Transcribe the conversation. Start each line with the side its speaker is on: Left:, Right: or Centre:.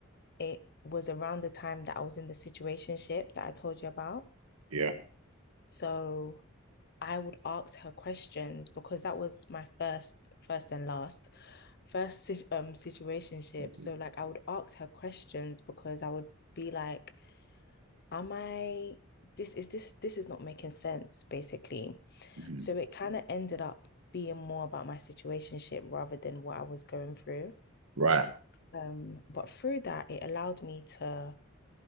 Left: it was around the time that I was in the situationship that I told you about.
Right: yeah.
Left: So I would ask her questions because that was my first, first and last, first si, um situationship.
Right: hmm
Left: So like I would ask her questions because I would be like, "Am I this is this this is not making sense?" Basically,
Right: hmm
Left: so it kind of ended up being more about my situationship rather than what I was going through.
Right: Right.
Left: Um, but through that, it allowed me to